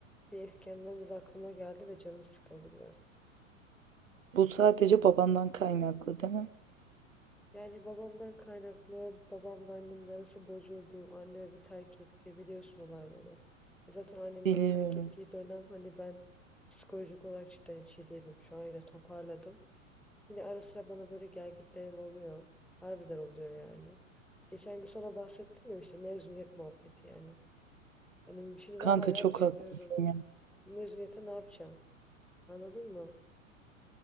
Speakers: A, in the centre; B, on the right.
A: bir eski anılarımız aklıma geldi ve canım sıkıldı biraz.
B: bu sadece babandan kaynaklı değil mi?
A: Yani babamdan kaynaklı, babamla annemin arası bozuldu. Anne evi terk etti, biliyorsun olayları. E, Zaten annemin
B: Biliyorum.
A: evi terk ettiği dönem hani ben psikolojik olarak cidden hiç iyi değildim. Şu an yine toparladım. Yine ara sıra bana böyle gelgitlerim oluyor. Harbiden oluyor yani. Geçen gün sana bahsettim ya işte mezuniyet muhabbeti yani. Hani şimdi
B: Kanka
A: ben hala
B: çok
A: düşünüyorum.
B: haklısın ya.
A: Mezuniyete ne yapacağım? Anladın mı?